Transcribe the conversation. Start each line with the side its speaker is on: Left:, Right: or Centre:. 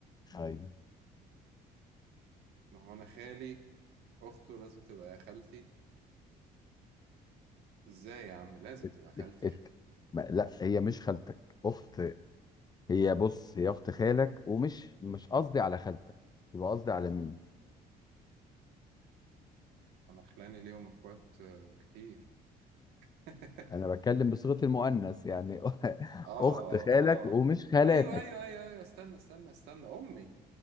Left: ايوه
Right: ما هو أنا خالي أخته لازم تبقى خالتي إزاي يا عم لازم
Left: ات...
Right: تبقى خالتي
Left: ات... ات...
Right: يعني
Left: ما... لا هي مش خالتك اخت هي بص هي اخت خالك ومش مش قصدي على خالتك يبقى قصدي على مين؟
Right: أنا خلاني ليهم إخوات آه، كتير <laughs>
Left: انا بتكلم بصيغة المؤنث يعني <laughs>
Right: آه
Left: اخت خالك
Right: آه
Left: ومش خالاتك
Right: أيوه أيوه أيوه أيوه استنى استنى استنى أمي